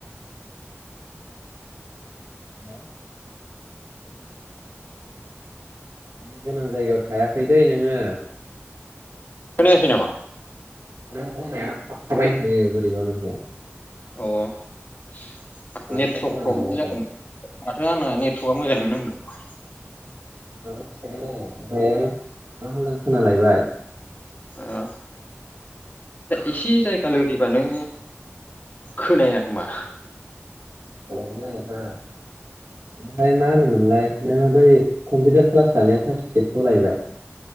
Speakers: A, on the right; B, on the left.
A: हेलौ नेट गोनां जायगायाव थायाखै दे नोङो।
B: खोनायाखै नामा?
A: नों बुंनाया थाबथाबाय थायो बोरैबा <inaudible>
B: अ'
A: दासो
B: नेटवर्क
A: खोनालायबाय
B: प्रब्लेम जादों माथो आंना नेटवर्कआ मोजाङानो नांदों।
A: <unintelligible> ओमफायो दा मोजां खोनालायबाय।
B: ओ एसे जायगा लोरिबानो खोनाया खोमा।
A: <inaudible> ओमफ्राय मा होनोमोनलाय नोङो कम्पिउटार क्लास लानाया सार्टिफिकेटखौ लायबाय?